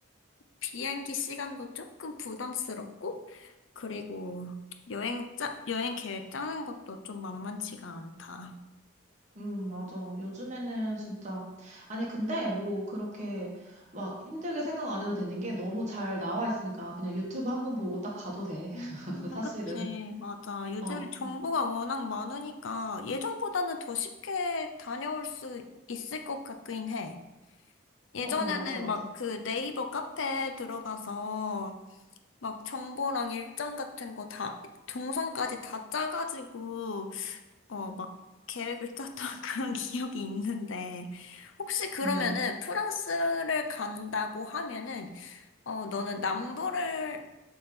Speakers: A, on the left (about 80°); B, on the right (about 35°).
A: 비행기 시간도 조금 부담스럽고, 그리고 여행 짜, 여행 계획 짜는 것도 좀 만만치가 않다.
B: 응, 맞아. 요즘에는 진짜. 아니, 근데 뭐 그렇게 막 힘들게 생각 안 해도 되는 게 너무 잘 나와 있으니까 그냥 유튜브 한번 보고 딱 가도 돼.
A: 음,
B: <laughs>
A: 아,
B: 사실은.
A: 그치, 맞아. 요즘에
B: 어,
A: 정보가
B: 어,
A: 워낙 많으니까 예전보다는 더 쉽게 다녀올 수 있을 것 같긴 해. 예전에는
B: 어, 어, 맞아, 맞아.
A: 막 그 네이버 카페에 들어가서 막 정보랑 일정 같은 거 다, 동선까지 다 짜가지고 어, 막 계획을 짰던 <laughs> 그런 기억이 있는데, 혹시 그러면은
B: 음,
A: 프랑스를 간다고 하면은, 어, 너는 남부를,